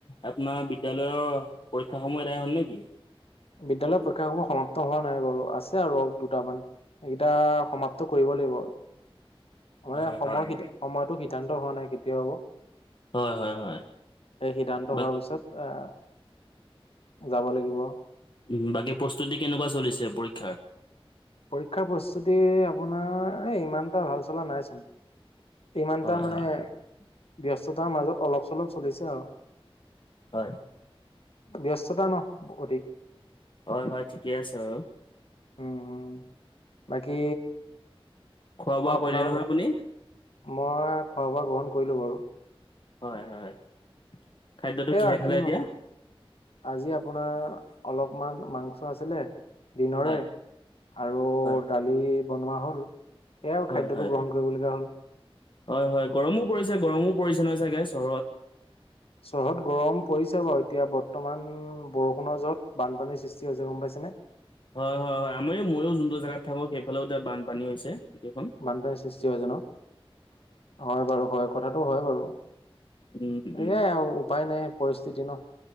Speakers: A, on the left; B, on the left.
A: আপোনাৰ বিদ্যালয়ৰ পৰীক্ষা সমূহ এডায় হ'ল নেকি?
B: বিদ্যালয়ৰ পৰীক্ষাসমূহ সমাপ্ত হোৱা নাই বাৰু আছে আৰু দুটামান। সেইকেইটা সমাপ্ত কৰিব লাগিব। মানে
A: হয়
B: সময়
A: হয়
B: সময়তটো সিদ্ধান্ত হোৱা নাই কেতিয়া হব।
A: হয়, হয়, হয়। <unintelligible>
B: এই সিদ্ধান্ত হোৱাৰ পিছত আহ যাব লাগিব।
A: উম, বাকী প্ৰস্তুতি কেনেকুৱা চলিছে পৰীক্ষাৰ?
B: পৰীক্ষাৰ প্ৰস্তুতি আপোনাৰ এ ইমান এটা ভাল চলা নাইচোন। ইমানটা
A: হয়
B: মানে
A: হয়
B: ব্যস্ততাৰ মাজত অলপ চলপ চলিছে আৰু।
A: হয়
B: ব্যস্ততা ন অধিক।
A: হয় হয় ঠিকে আছে বাৰু।
B: উম উম বাকী
A: খোৱা বোৱা
B: মই আপোনালোকৰ
A: কৰিলে নহয় আপুনি
B: মই খোৱা বোৱা গ্ৰহণ কৰিলো বাৰু।
A: হয় হয়। খাদ্যটো
B: এয়া
A: কিহে খালে
B: কিনো
A: এতিয়া
B: আজি আপোনাৰ অলপমান মাংস আছিলে। দিনৰে,
A: হয়
B: আৰু
A: হয়
B: দালি বনোৱা হ'ল সেয়াও
A: হয়
B: খাদ্যটো
A: হয়
B: গ্ৰহণ কৰিবলগীয়া হ'ল।
A: হয় হয়, গৰমো পৰিছে গৰমো পৰিছে নহয় চাগে চহৰত।
B: চহৰত গৰম পৰিছে বাৰু এতিয়া বৰ্তমান বৰষুণৰ যহত বানপানীৰ সৃষ্টি হৈছে গম পাইছে নে?
A: হয়-হয়-হয়, আমাৰও ময়ো যোনটো জেগাত থাকো সেইফালেও এতিয়া বানপানী হৈছে। গোটেইখন
B: বানপানীৰ সৃষ্টি হৈছে ন? হয় বাৰু হয় কথাটো হয় বাৰু।
A: উম উম
B: এয়াই আৰু উপায় নাই পৰিস্থিতি ন।